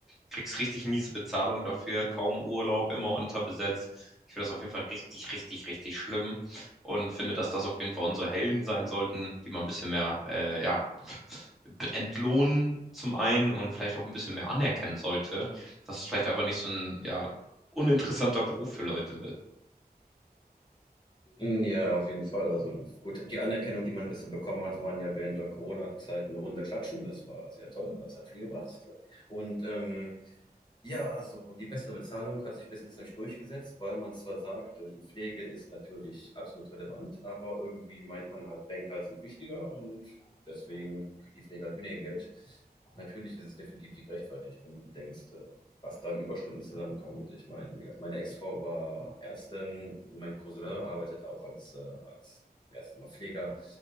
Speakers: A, in the centre; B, on the left.
A: kriegst richtig miese Bezahlung dafür, kaum Urlaub, immer unterbesetzt. Ich finde das auf jeden Fall richtig, richtig, richtig schlimm und finde, dass das auf jeden Fall unsere Helden sein sollten, die mal ein bisschen mehr, äh, ja, <laughs> entlohnen zum einen und vielleicht auch ein bisschen mehr anerkennen sollte, dass es vielleicht einfach nicht so ein, ja, uninteressanter Beruf für Leute
B: Hm, Ja, auf jeden Fall. Also gut, die Anerkennung, die man bisher bekommen hat, waren ja während der Corona-Zeit eine Runde klatschen. Das war sehr toll, das hat viel gebracht. Und ähm, ja, also die bessere Bezahlung hat sich bis jetzt nicht durchgesetzt, weil man zwar sagt, äh, die Pflege ist natürlich absolut relevant, aber irgendwie meint man halt, Banker sind wichtiger und deswegen kriegt die Pflege halt weniger Geld. Natürlich ist es definitiv nicht gerechtfertigt, wenn du bedenkst, äh, was da an Überstunden zusammenkommt. Ich meine, wie gesagt, meine Ex-Frau war Ärztin, mein Cousin arbeitet auch als, äh, als wie heißt das nochmal, Pfleger